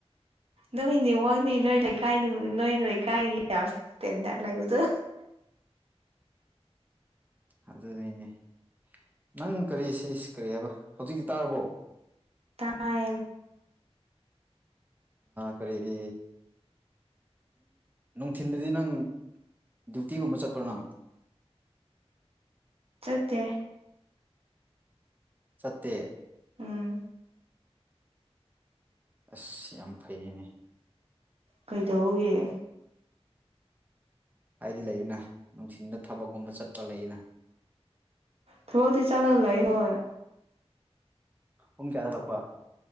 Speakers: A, on the right; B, on the right.
A: ꯅꯣꯏꯅꯦꯋꯥꯛꯅꯦ ꯅꯣꯏ ꯂꯩꯀꯥꯏ ꯅꯣꯏ ꯂꯩꯀꯥꯏ ꯌꯥꯎꯦꯟꯗꯔ ꯂꯩꯕꯗꯣ
B: ꯑꯗꯨ ꯑꯗꯨꯅꯅꯦ ꯅꯪ ꯀꯔꯤ ꯁꯤ ꯀꯔꯤ ꯍꯥꯏꯕ ꯍꯧꯖꯤꯛꯇꯤ ꯇꯥꯔꯕꯣ
A: ꯇꯥꯏ
B: ꯀꯔꯤꯒꯤ ꯅꯨꯡꯊꯤꯤꯟꯗꯗꯤ ꯅꯪ ꯗ꯭ꯌꯨꯇꯤꯒꯨꯝꯕ ꯆꯠꯄ꯭ꯔꯣ ꯅꯪ
A: ꯆꯠꯇꯦ
B: ꯁꯠꯇꯦ
A: ꯎꯝ
B: ꯑꯁ ꯌꯥꯝ ꯐꯩꯅꯦ
A: ꯀꯩꯗꯧꯕꯒꯤ
B: ꯍꯥꯏꯗꯤ ꯂꯩꯗꯅ ꯅꯨꯡꯊꯤꯟꯗ ꯊꯕꯛꯀꯨꯝꯕ ꯆꯠꯄ ꯂꯩꯌꯦꯅ
A: ꯊꯕꯛꯗꯤ ꯆꯂ ꯂꯩꯏ ꯍꯣꯏ
B: ꯎ ꯀꯌꯥꯗꯂꯛꯄ